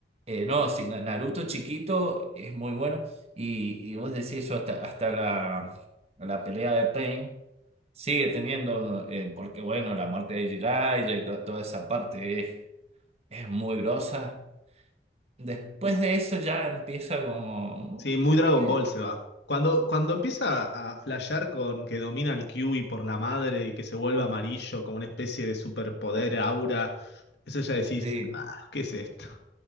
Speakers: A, on the right; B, on the left.
A: Eh, no, sí, Na- Naruto chiquito es muy bueno. Y, y vos decís eso hasta, hasta la, la pelea de Pain sigue teniendo, eh, porque bueno, la muerte de Jiraiya y to- toda esa parte es, es muy grosa. Después de eso ya empieza como...
B: sí, muy Dragon
A: "Eh,
B: Ball se va. Cuando, cuando empieza a flashear con que domina el Kyuubi por la madre y que se vuelve amarillo como una especie de superpoder, aura, eso ya decís,
A: Sí,
B: ah, ¿qué es esto?